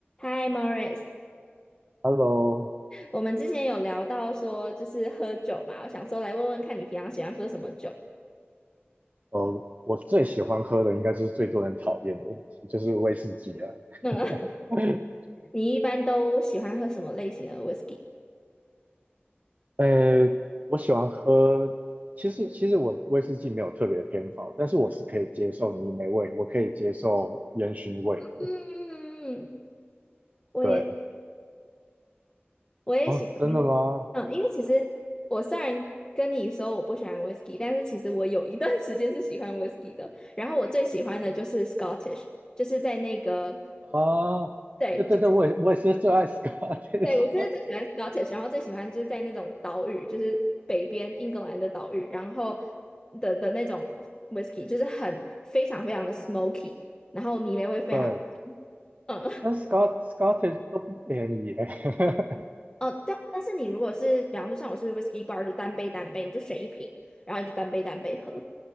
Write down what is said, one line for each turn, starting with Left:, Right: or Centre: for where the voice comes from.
Left: Hi Morris，
Right: Hello，
Left: 我们之前有聊到说就是喝酒嘛，我想说来问问看你平常喜欢喝什么酒。
Right: 呃，我最喜欢喝的应该就是最多人讨厌的，就是威士忌了。
Left: 那么
Right: <laughs>
Left: <laughs> 你一般都喜欢喝什么类型的 whisky？
Right: 呃，我喜欢喝，其实其实我威士忌没有特别偏好，但是我是可以接受泥煤味，我可以接受烟熏味的。
Left: 嗯，我也
Right: 对，
Left: 我也喜欢，
Right: 哦，真的吗？
Left: 嗯，因为其实我虽然跟你说我不喜欢 whisky，但是其实我有一段时间是喜欢 whisky 的。然后我最喜欢的就是 Scottish，就是在那个
Right: 啊，
Left: 对，
Right: 对对对，
Left: 就。
Right: 我也我也是最爱 Scottish，
Left: 对，我就是最喜欢 Scottish，然后最喜欢就是在那种岛屿，就是北边英格兰的岛屿，然后的的那种 whisky，就是很非常非常的 smoky，然后泥煤味非常，
Right: <laughs> 对，
Left: 嗯，
Right: 但 Scot Scottish 都不便宜耶。<laughs>
Left: 哦，对，但是你如果是，比方说像我是 whisky bar，就单杯单杯，你就选一瓶，然后你就单杯单杯喝，